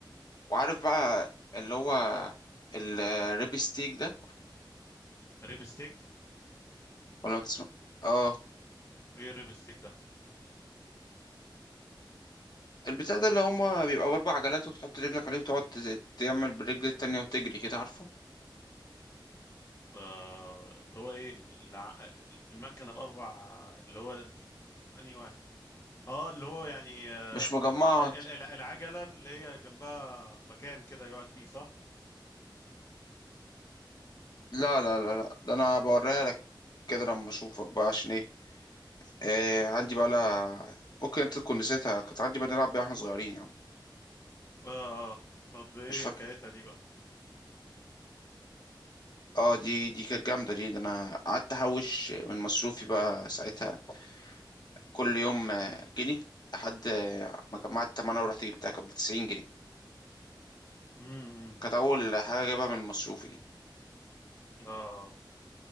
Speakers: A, on the left; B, on the left.
A: وعارف بقى اللي هو الريبستيك ده
B: ريب ستيك
A: ولا ما تسمع اه
B: ايه الريب ستيك ده
A: البتاع ده اللي هما بيبقوا أربع عجلات وتحط رجلك عليه وتقعد تز- تعمل بالرجل التانية وتجري كده عارفه
B: آه اللي هو ايه الع- المكنه باربع اللي هو مش انهي واحد اه اللي هو يعني ال-
A: مش مجمعة
B: ال- ال- العجلة اللي هي جنبها مكان كده يقعد فيه صح؟
A: لا لا لا لا ده أنا بوريها لك كده لما أشوفك بقى عشان إيه آه عندي بقى لا ممكن أنت تكون نسيتها كانت عندي بقى نلعب بيها وإحنا صغيرين يعني
B: اه آه. طب ايه
A: مش فاكر
B: حكايتها دي بقى؟
A: اه دي دي كانت جامدة دي ده أنا قعدت أحوش من مصروفي بقى ساعتها كل يوم آه، جنيه لحد آه، ما جمعت تمنها ورحت جبتها كانت بتسعين جنيه
B: امم
A: كانت أول حاجة جايبها من مصروفي دي
B: اه